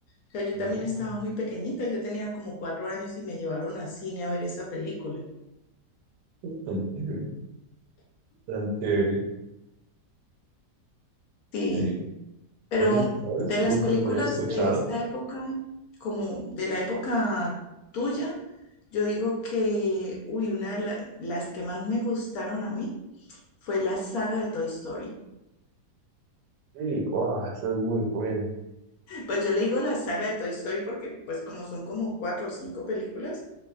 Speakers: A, on the left (about 70°); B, on the right (about 80°).
A: O sea, yo
B: Oh,
A: también estaba muy pequeñita, yo tenía como cuatro años y me llevaron a cine a ver esa película.
B: tan chévere, tan chévere.
A: Sí.
B: Sí.
A: Pero
B: Oye, ¿sabes?
A: de las
B: Nunca
A: películas
B: lo había escuchado.
A: de esta época, como de la época tuya, yo digo que, uy, una de la- las que más me gustaron a mí fue la saga de Toy Story.
B: Sí, wow, esa es muy buena.
A: Pues yo le digo la saga de Toy Story porque, pues como son como cuatro o cinco películas,